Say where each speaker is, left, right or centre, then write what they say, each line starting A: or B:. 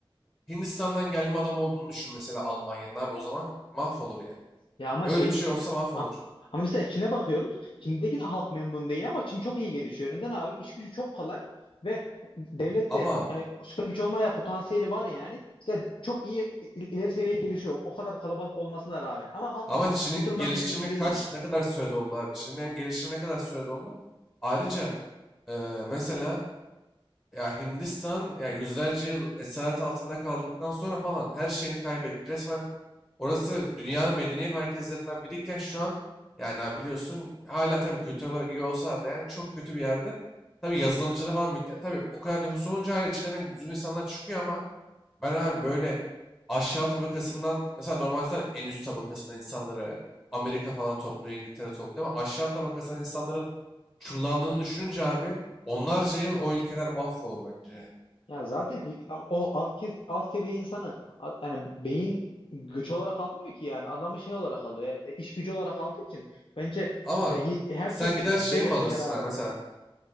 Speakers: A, on the left (about 20°); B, on the left (about 65°).
A: Hindistan'dan gelme adam olduğunu düşün mesela Almanya'nın abi o zaman mahvolur yani.
B: Ya ama
A: Öyle
B: şey
A: bir şey olsa mahvolur.
B: a- ama mesela Çin'e bakıyoruz. Çin'deki de halk memnun değil ama Çin çok iyi gelişiyor. Neden abi? İş gücü çok kolay ve devlet
A: Ama
B: de hani süper güç olmaya potansiyeli var yani. İşte çok iyi il- ileri seviyeye gelişiyor. O kadar kalabalık olmasına rağmen. Ama halk
A: ama
B: mem-
A: Çin'in
B: bu, bu durumdan
A: gelişimi
B: memnun değil
A: kaç
B: yani.
A: ne kadar sürede oldu abi? Çin'in hem gelişimi ne kadar sürede oldu? Ayrıca ee, mesela Ya Hindistan ya yüzlerce yıl esaret altında kaldıktan sonra falan her şeyini kaybetti. Resmen orası dünyanın medeniyet merkezlerinden biriyken şu an yani abi biliyorsun hala tabii kültür olarak iyi olsalardı yani çok kötü bir yerde. Tabii yazılımcıları falan mükemmel. Tabii o kadar nüfus olunca hala içlerinden düzgün insanlar çıkıyor ama ben abi böyle aşağı tabakasından mesela normalde zaten en üst tabakasından insanları Amerika falan topluyor, İngiltere topluyor ama aşağı tabakasından insanların çullandığını düşününce abi onlarca yıl o ülkeler mahvolur bence yani.
B: Ya zaten o alt kes- alt seviye insanı a- yani beyin güç olarak almıyor ki yani. Adamı şey olarak alıyor. e, iş gücü olarak aldığı için bence
A: Ama
B: e, y- her
A: sen
B: türlü
A: gider
B: de-
A: şey
B: devletin
A: mi alırsın
B: yararına.
A: abi mesela